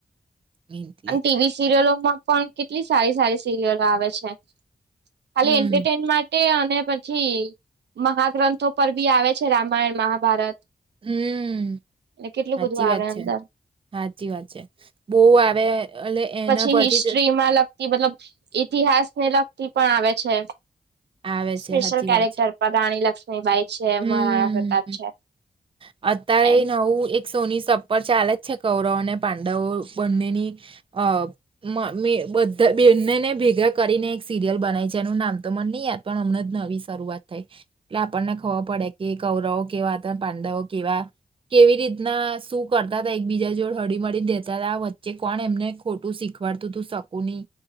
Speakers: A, on the right (about 30°); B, on the right (about 85°).
A: એટલે
B: અને ટીવી સિરિયલોમાં પણ કેટલી સારી સારી સિરિયલો આવે છે. ખાલી
A: હમ
B: એન્ટરટેન માટે અ ને પછી મહાગ્રંથો પર ભી આવે છે રામાયણ મહાભારત
A: હમ
B: અને કેટલું
A: હાચી
B: બધું આવે
A: વાત છે
B: અંદર
A: હાચી વાત છે બો આવે એટલે એના
B: પછી
A: પરથી
B: હિસ્ટ્રીમાં
A: જ
B: લગતી મતલબ ઈતિહાસ ને લગતી પણ આવે છે
A: આવે
B: સ્પેશિયલ
A: છે હાચી
B: કેરેક્ટર
A: વાત છે.
B: પદાણી લગ બાઈ છે
A: હમ્મ.
B: મહરાણા પ્રતાપ છે
A: અત્યારે
B: એમ
A: નવું એક સોની સપર ચાલે જ છે કૌરવ અને પાંડવો બંનેની અ મ મી બધા બેને ને ભેગા કરીને એક સિરિયલ બનાય છે એનું નામ તો મને ની યાદ પણ હમણાં નવી શરૂઆત થઈ એટલે આપણને ખબર પડે કે કૌરવો કેવા હતા પાંડવો કેવા કેવી રીતના શું કરતા હતા એક બીજા જોડ હળી મળી દેતા હતા વચ્ચે કોણ એમને ખોટું શીખ ખવાડ તુ તું શકુંની